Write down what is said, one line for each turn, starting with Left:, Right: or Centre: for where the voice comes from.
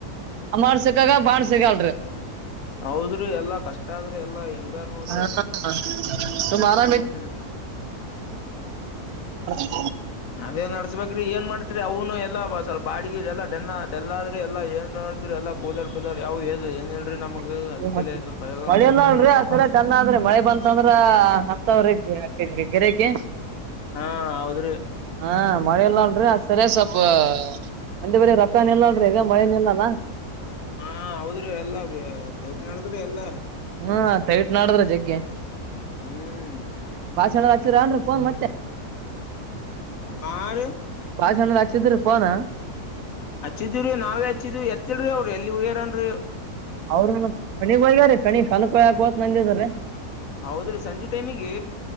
Right: ಅಮೊಂಟ್ ಸಿಕ್ಕಾಗ ಬಾಂಡ್ ಸಿಗಲ್ರೀ
Left: ಹೌದ್ರಿ ಎಲ್ಲಾ ಕಷ್ಟ ಆದ್ರಿ ಎಲ್ಲಾ ಹೆಂಗ ನೋಡ್ರಿ
Right: ಹಾ
Left: ಎಲ್ಲಾ
Right: ಹಾ
Left: ಹ್ಮ್
Right: <unintelligible> <unintelligible>
Left: ಅದೇ ನಡ್ಸ್ಬೇಕ್ರಿ ಏನ್ ಮಾಡ್ತಿರಿ ಅವು ಕೆ ಇಲ್ಲ ಬಾ ಸರ್ ಬಾಡಿಗೆ ಇ ಎಲ್ಲ ಡೆನ್ನ ಡೆಲ್ಲ ಆದ್ರೆ ಎಲ್ಲ ಏನ್ ಮಾಡೋಡ್ತರಿ ಎಲ್ಲ ಕೂಲರ್ ಪೀಲರ್ ಯಾವ ಹೇಳಲ್ರಿ ಏನ್ ಹೇಳಲ್ರಿ ನಮಗ.
Right: <inaudible>
Left: ಅದಕ್ಕೆಲ್ಲ ಸ್ವಲ್ಪ
Right: ಮಳೆಲ್ಲ
Left: ನಡದ್ರಿ
Right: ಅಲ್ರಿ ಆ
Left: ಸಾವಕಾಶ
Right: ಸರ ಕನ್ನ ಆದ್ರಿ ಮಳೆ ಬಂತ ಅಂದ್ರ ಹತ್ತವ್ರಗ್. ಗಿರಕಿ
Left: ಹಾ ಹೌದ್ರಿ
Right: ಹಾ ಮಳೆಲ್ಲ ಅಲ್ರಿ ಸರಿ ಸ್ವಲ್ಪ ಒಂದೆ ಬರ ರೊಕ್ಕಾನ ಎಲ್ಲ <unintelligible> ಈಗ ಮಳೆನ ಇಲ್ಲಲ್ಲ
Left: ಹಾ ಹೌದ್ರಿ ಎಲ್ಲಾ ಟೈಟ್ ನಡ್ದ್ರಿ ಎಲ್ಲ
Right: ಹಾ ಟೈಟ್ ನಡ್ದ್ರಿ ಜಗ್ಗೆ
Left: ಹ್ಮು
Right: ಭಾಷಣ್ಣಗ್ ಹಚ್ರ ಅಂದ್ರ ಫೋನ್ ಮತ್ತೆ
Left: ಹಾ ರೀ
Right: ಭಾಷಣ್ಣ ಹಚ್ಚಿದ್ರಿ ಪೋನ
Left: ಹಚ್ಚಿದ್ದಿವ್ ರೀ ನಾವೇ ಹಚ್ಚಿದ್ವಿ ಎತ್ತಿಲ್ರಿ ಅವ್ರು ಎಲ್ಲಿ ಹೊಗ್ಯರೇನ್ರಿ
Right: ಅವರು ಕಣಿಗ್ ಹೋಗ್ಯಾರೆ ಕಣಿಗ್ ಕಲ್ಕಕವತ್ ನಂದಿದರಿ.
Left: ಹೌದ್ರೀ ಸಂಜೆ ಟೈಮಿಗೆ